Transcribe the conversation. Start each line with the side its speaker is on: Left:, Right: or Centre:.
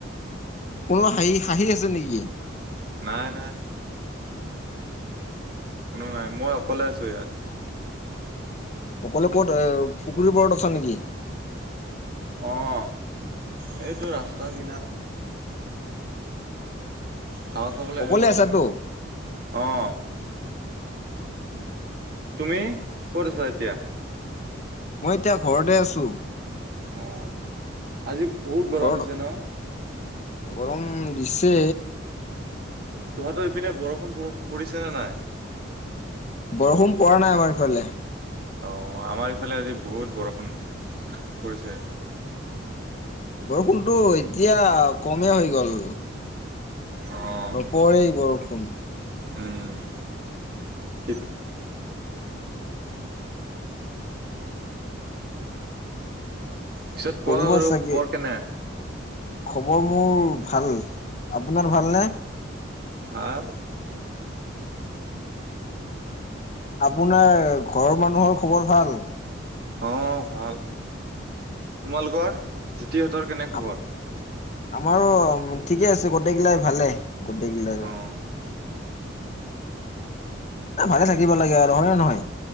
Left: কোনোবা হাঁহি, হাঁহি আছে নেকি?
Right: নাই নাই। কোনো নাই মই অকলে আছো ইয়াত।
Left: অকলে ক'ত এ পুখুৰীৰ পৰাৰত আছা নেকি?
Right: অহ' এইটো ৰাস্তা কিনাৰত। হাৱা খাবলৈ
Left: অকলে
Right: আহিলো
Left: আছাতো
Right: অকমান, অহ। তুমি ক'ত আছা এতিয়া?
Left: মই এতিয়া ঘৰতে আছোঁ।
Right: অহ' আজি বহুত গৰম
Left: ঘৰত
Right: দিছে ন।
Left: গৰম দিছে।
Right: উম' তহঁতৰ ইপিনে বৰষুণ পৰিছে নে নাই।
Left: বৰষুণ পৰা নাই আমাৰ ইফালে।
Right: অহ' আমাৰ ইফালে আজি বহুত বৰষুণ পৰিছে।
Left: বৰষুণটো এতিয়া কমে হৈ গ'ল।
Right: অ',
Left: নপৰেই বৰষুণ।
Right: উম' শীত পিছত কোৱা
Left: পৰিব
Right: বাৰু।
Left: চাগে
Right: খবৰ কেনে?
Left: খবৰ মোৰ ভাল। আপোনাৰ ভালনে?
Right: ভাল।
Left: আপোনাৰ ঘৰৰ মানুহৰ খবৰ ভাল।
Right: অহ' ভাল। তোমালোকৰ জিতিহঁতৰ কেনে খবৰ?
Left: আম আমাৰো ঠিকে আছে। গোটেইগিলাই ভালে গোটেইগিলাৰে।
Right: অ',
Left: এ ভালে থাকিব লাগে আৰু হয় নে নহয়।